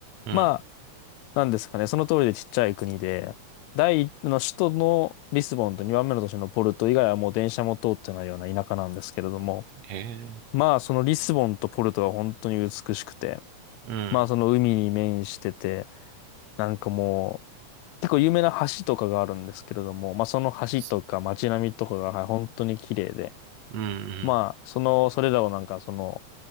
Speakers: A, on the right; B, on the left.
A: うん。
B: まあ、なんですかね、その通りでちっちゃい国で、第一の首都のリスボンと2番目の都市のポルト以外はもう電車も通ってないような田舎なんですけれども、
A: へえ。
B: まあそのリスボンとポルトが本当に美しくて、
A: うん。
B: まあその海に面してて、なんかもう、結構有名な橋とかがあるんですけれども、まあその橋とか街並みとかがはい本当に綺麗で、
A: すうんう
B: まあその、それらをなんかその